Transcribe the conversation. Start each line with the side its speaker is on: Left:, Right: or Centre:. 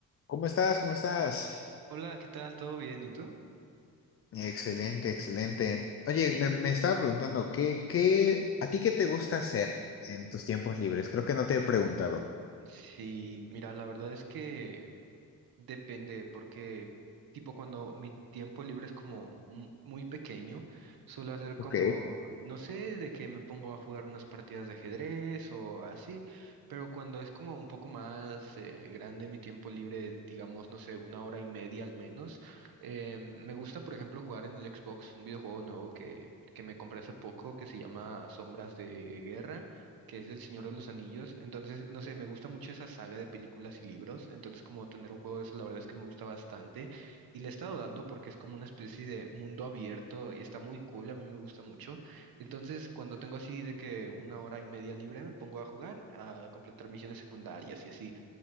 Left: ¿Cómo estás? ¿Cómo estás?
Right: Hola, ¿qué tal? ¿Todo bien? ¿Y tú?
Left: Excelente, excelente. Oye, me, me estaba preguntando, ¿qué, qué, a ti qué te gusta hacer en tus tiempos libres? Creo que no te he preguntado.
Right: Sí, mira, la verdad es que depende, porque tipo cuando mi tiempo libre es como mu- muy pequeño, suelo hacer como,
Left: Ok.
Right: no sé, de que me pongo a jugar unas partidas de ajedrez o así, pero cuando es como un poco más eh, grande mi tiempo libre, digamos, no sé, una hora y media al menos, eh, me gusta, por ejemplo, jugar en el Xbox un videojuego nuevo que, que me compré hace poco que se llama Sombras de Guerra. que es del Señor de los Anillos. Entonces, no sé, me gusta mucho esa saga de películas y libros. Entonces, como tener un juego de eso, la verdad es que me gusta bastante. Y le he estado dando porque es como una especie de mundo abierto y está muy cool, a mí me gusta mucho. Entonces, cuando tengo así de que una hora y media libre, me pongo a jugar, a completar misiones secundarias y así.